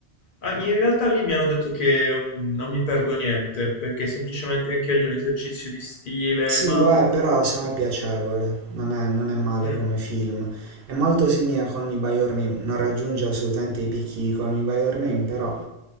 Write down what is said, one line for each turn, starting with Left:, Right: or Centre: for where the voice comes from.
Left: ah, in realtà lì mi hanno detto che mm, non mi perdo niente, perché è semplicemente anche lì è un esercizio di stile,
Right: Sì,
Left: ma...
Right: lo è, però secondo me è piacevole, non è, non è male
Left: mm,
Right: come film. È molto simile a Call Me By Your Name, non raggiunge assolutamente i picchi di Call Me By Your Name, però